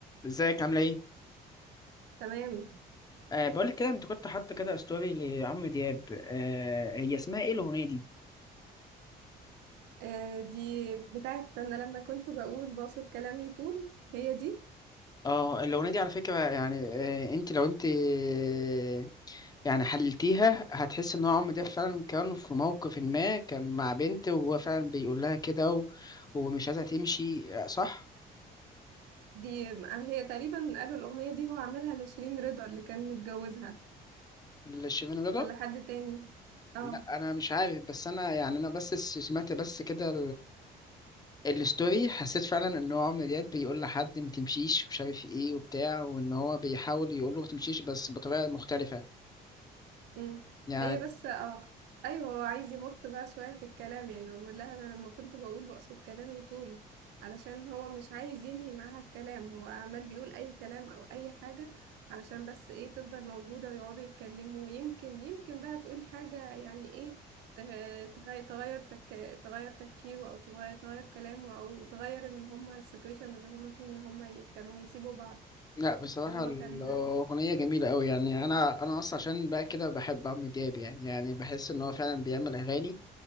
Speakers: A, on the left; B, on the right.
A: ازيك عامله ايه؟
B: تمام
A: أه بقول لك كده انت كنت حاطه كده ستوري لعمرو دياب أه هي اسمها ايه الاغنيه دي؟
B: آه دي بتاعت انا لما كنت بقول باسط كلامي طول هي دي
A: اه الاغنيه دي على فكره يعني أه انت لو انت آه، يعني حللتيها هتحس ان هو عمرو دياب فعلا كان في موقف ما كان مع بنت وهو فعلا بيقول لها كده و... ومش عايزها تمشي آه، صح؟
B: دي هي تقريبا قالوا الاغنيه دي هو عاملها لشيرين رضا اللي كان متجوزها
A: لشيفين رضا؟
B: ولا حد تاني اه
A: لا انا مش عارف بس انا يعني انا بس سمعت بس كده الستوري حسيت فعلا ان هو عمرو دياب بيقول لحد ما تمشيش ومش عارف ايه وبتاع وان هو بيحاول يقول له ما تمشيش بس بطريقه مختلفه
B: مم.
A: يعني
B: هي بس اه ايوه هو عايز يمط بقى شويه في الكلام يعني هو بيقول لها انا لما كنت بقول بقصد كلامي طول علشان هو مش عايز ينهي معاها الكلام هو عمال بيقول اي كلام او اي حاجه علشان بس ايه تفضل موجوده ويقعدوا يتكلموا ويمكن يمكن بقى تقول حاجه يعني ايه ت- تخ- تغير تك... تغير تفكيره او تغير تغير كلامه او تغير ان هما السيتويشن اللي هما فيه ان هما ي- كانوا هيسيبوا بعض
A: لا بصراحه
B: فهو
A: الاغنيه
B: كان
A: جميله قوي يعني انا انا اصلا عشان بقى كده بحب عمرو دياب يعني يعني بحس ان هو فعلا بيعمل اغاني